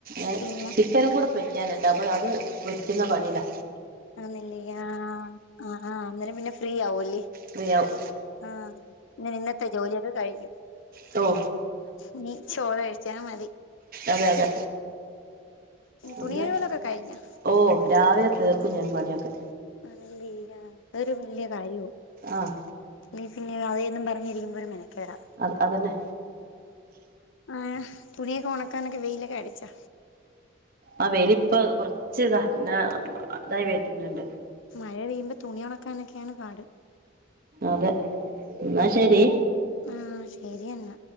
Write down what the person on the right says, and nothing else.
ഏഹ്
ചിക്കനും കൂടെ പൊരിക്കാനിണ്ട് അപ്പോൾ അത് പൊരിക്കുന്ന പണില്ലാ
ഫ്രീ ആവും
ട്ടോ
അതെ അതെ
ഇന്ന്
ഓ രാവിലെ തീർക്കും ഞാൻ പണിയൊക്കെ
ആഹ്
അത് അതന്നെ
ആഹ് വെയില് പ്പം കൊറച്ച് ഇതാ ഇങ്ങനെ ഇതായി വര്ന്ന്ണ്ട്
അതെ ഇന്നാ ശരി